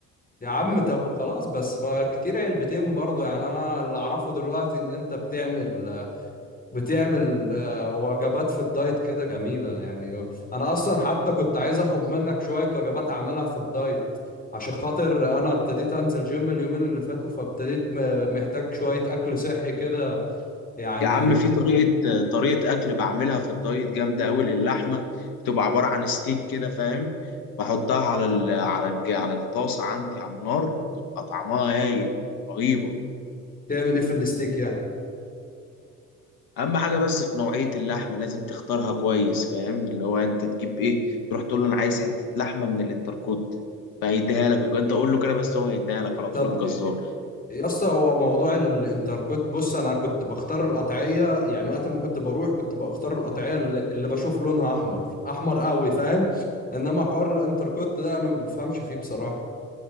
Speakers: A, on the left; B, on the left.
A: يا عم طب خلاص بس بقى كتير علبتين برضه يعني انا اللي اعرفه دلوقتي ان انت بتعمل بتعمل آه، وجبات في الدايت كده جميله يعني انا اصلا حتى كنت عايز اخد منك شويه وجبات اعملها في الدايت عشان خاطر انا ابتديت انزل جيم اليومين اللي فاتوا فابتديت م- محتاج شوية اكل صحي كده يعني
B: يا عم في طريقة طريقة اكل بعملها في الدايت جامدة قوي للحمة بتبقى عبارة عن ستيك كده فاهم بحطها على ال على ال على الطاسة عندي على النار بتبقى طعمها هايل رهيبة
A: تعمل ايه في الستيك يعني
B: اهم حاجة بس في نوعية اللحمة لازم تختارها كويس فاهم اللي هو انت تجيب ايه تروح تقول له انا عايز حتة لحمة من الانتركوت فهيديها لك انت قول له كده بس هو هيديها لك على
A: طب
B: طول الجزار
A: إ- إ- يا اسطى هو موضوع الانتركوت بص انا كنت بختار القطعية يعني وقت ما كنت بروح كنت بختار القطعية اللي اللي بشوف لونها احمر احمر قوي فاهم انما حوار الانتركوت ده انا ما بفهمش فيه بصراحة